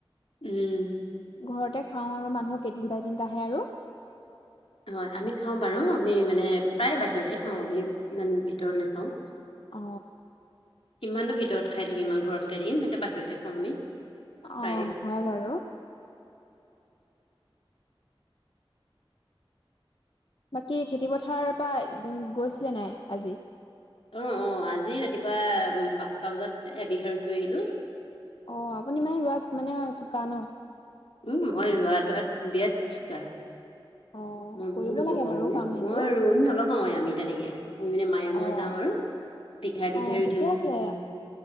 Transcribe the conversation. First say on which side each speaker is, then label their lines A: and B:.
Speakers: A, on the left (about 85°); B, on the left (about 60°).
A: উম।
B: ঘৰতে খাওঁ আৰু মানুহৰ কেই দুটা দিন আহে আৰু।
A: হয়, আমি খাওঁ বাৰু আমি মানে প্ৰায় বাহিৰতে খাওঁ আমি ইমান ভিতৰত নাখাওঁ।
B: অ।
A: ইমানো ভিতৰত খাই থাকিম ঘৰত খাই থাকিম সহতে বাহিৰতে খওঁ আমি।
B: অ,
A: প্ৰায়ে
B: হয় বাৰু। বাকী খেতি পথাৰৰ পৰা গৈছিলে নাই আজি?
A: অ, অ আজি ৰাতিপুৱা উ পাঁচটা বজাত এবিঘা ৰুই থৈ আহিলো।
B: অ, আপুনি মানে ৰোৱাত মানে চোকা ন?
A: উম মই ৰোৱা দোৱাত বিয়াত চোকা।
B: অ',
A: মই
B: কৰিব
A: বহুত ৰুব
B: লাগে
A: পাওঁ
B: বাৰু
A: মানে
B: কাম এইবোৰ
A: মই ৰোৱনী নলগাওৱে আমি তেনেকে। আমি মানে মায়ে মই
B: অ',
A: যাওঁ আৰু বিঘাই বিঘাই
B: অ',
A: ৰুই
B: ঠিকে
A: থৈ গুচি
B: আছে।
A: আহি।